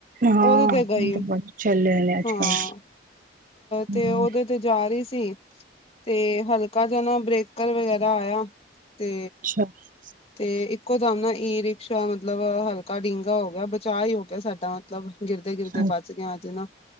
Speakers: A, on the right; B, on the left.
A: ਹਾਂ
B: ਓਦੇ ਤੇ
A: ਇਹ
B: ਗਈ
A: ਤਾਂ ਬੜੇ ਚੱਲੇ ਨੇ ਅੱਜ
B: ਹਾਂ।
A: ਕੱਲ
B: ਤੇ
A: ਹਮ
B: ਓਦੇ ਤੇ ਜਾ ਰਈ ਸੀ ਤੇ ਹਲਕਾ ਜਾ ਨਾ, ਬ੍ਰੇਕਰ ਵਗੈਰਾ ਆਇਆ ਤੇ
A: <unintelligible>
B: ਤੇ ਇੱਕੋ ਦਮ ਨਾ, ਈ ਰਿਕਸ਼ਾ ਮਤਲਬ ਹਲਕਾ ਡੀਗਾ ਹੋ ਗਿਆ। ਬਚਾਅ ਹੀ ਹੋ ਗਿਆ ਸਾਡਾ ਮਤਲਬ ਗਿਰਦੇ-ਗਿਰਦੇ
A: ਅ
B: ਬਚਗੇ ਆਂ ਅੱਜ ਨਾ,